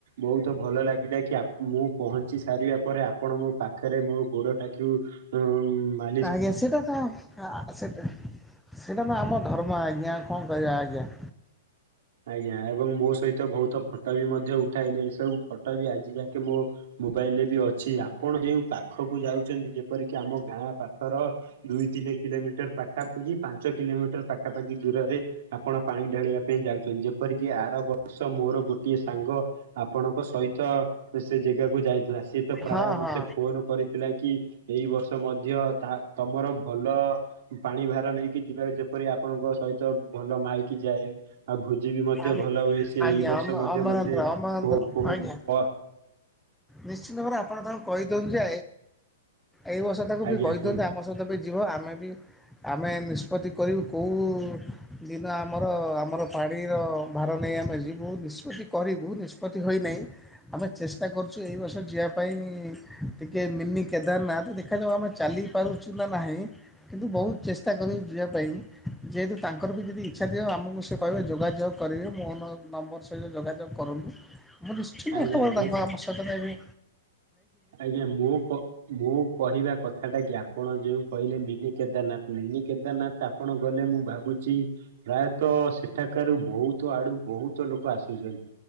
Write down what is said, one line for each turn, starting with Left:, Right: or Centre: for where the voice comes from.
Right: ବୋହୁତ ଭଲ ଲାଗିଲା କି ଆ ମୁଁ ପହଞ୍ଚି ସାରିବା ପରେ ଆପଣ ମୋ ପାଖରେ ମୋ ଗୋଡ଼ଟାକୁ ଉଁ ମା
Centre: ଆଜ୍ଞା ସେଇଟା ତ ଆ ସେଟା ସେଟା ମ ଆମ ଧର୍ମ ଆଜ୍ଞା। କଣ କହିବା ଆଜ୍ଞା?
Right: ଆଜ୍ଞା ଏବଂ ମୋ ସହିତ ବୋହୁତ ଫଟୋ ବି ମଧ୍ୟ ଉଠାଇଲେ ଏସବୁ ଫଟୋ ବି ଆଜି ଯାଙ୍କେ ମୋ ମୋବାଇଲ୍ ରେ ବି ଅଛି ଆପଣ ଯେଉଁ ପାଖକୁ ଯାଉଛନ୍ତି ଯେପରିକି ଆମ ଗାଁ ପାଖର ଦୁଇ ତିନି କିଲୋମିଟର ପାଖାପାଖି ପାଞ୍ଚ କିଲୋମିଟର ପାଖାପାଖି ଦୂରରେ ଆପଣ ପାଣି ଢ଼ାଳିବା ପାଇଁ ଯାଉଚନ୍ତି, ଯେପରିକି ଆର ବର୍ଷ ମୋର ଗୋଟିଏ ସାଙ୍ଗ ଆପଣଙ୍କ ସହିତ ସେ ଜେଗାକୁ ଯାଇଥି ସିଏ ତ ପ୍ରାୟ
Centre: ହଁ
Right: ମତେ
Centre: ହଁ
Right: ଫୋନ କରିଥିଲା କି ଏଇ ବର୍ଷ ମଧ୍ୟ ତା ତମର ଭଲ ପାଣି ଭାର ନେଇକି ଯିବାକୁ ଜ ପରି ଆପଣଙ୍କ ସହିତ ଭଲ ମାଇକି ଯାଏ। ଆଉ ଭୋଜି ବି ମଧ୍ୟ
Centre: ଆମ
Right: ଭଲ ହୁଏ, ସେ ଏଇ
Centre: ଆଜ୍ଞା
Right: ବର୍ଷ ମଧ୍ୟ
Centre: ଅମରେନ୍ଦ୍ର
Right: ମତେ
Centre: ଅମରେନ୍ଦ୍ର
Right: ଫୋ ଫୋ ଅ
Centre: ଆଜ୍ଞା। ନିଶ୍ଚିନ୍ତ ଭାବରେ ଆପଣ ତାଙ୍କୁ କରିଦିଅନ୍ତୁ ଯେ ଏଇ ବର୍ଷ ତାଙ୍କୁ
Right: ଆଜ୍ଞା
Centre: ବି କରିଦିଅନ୍ତୁ
Right: କୁହନ୍ତୁ
Centre: ଆମ ସ ସହିତ ବି ଯିବ, ଆମେ ବି ଆମେ ନିଷ୍ପତି କରିବୁ କୋଉ ଦିନ ଆମର ଆମର ପାଣିର ଭାର ନେଇ ଆମେ ଯିବୁ ନିଷ୍ପତ୍ତି କରିବୁ ନିଷ୍ପତ୍ତି ହୋଇନାହିଁ। ଆମେ ଚେଷ୍ଟା କରୁଚୁ ଏଇ ବର୍ଷ ଯିବା ପାଇଁ ଟିକେ ମିନି କେଦାରନାଥ ଦେଖାଯାଉ ଆମେ ଚାଲି ପାରୁଛୁ ନା ନାହିଁ। କିନ୍ତୁ ବହୁତ ଚେଷ୍ଟା କରିବୁ ଯିବା ପାଇଁ। ଯେହେତୁ ତାଙ୍କର ବି ଯଦି ଇଚ୍ଛା ଦିିବ ଆମକୁ ସେ କହିବେ ଯୋଗାଯୋଗ କରିବେ ମୋ ନମ୍ବର ଯୋଗାଯୋଗ କରନ୍ତୁ ଆମ ନିଶ୍ଚିନ୍ତ
Right: ଆଜ୍ଞା
Centre: ଭାବରେ
Right: ମୁଁ
Centre: ତାଙ୍କ ଆମ ସହିତରେ ବି
Right: ଆଜ୍ଞା ମୁଁ କ ମୁଁ କହିବା କଥାଟା କି ଆପଣ ଯୋଉଁ କହିଲେ ମିନି କେଦାରନାଥ ମିନି କେଦାରନାଥ ଟା ଆପଣ ଗଲେ ମୁଁ ଭାବୁଛି ପ୍ରାୟତଃ ସେଠାକାରୁ ବହୁତ ଆଡୁ ବହୁତ ଲୋକ ଆସୁଛନ୍ତି।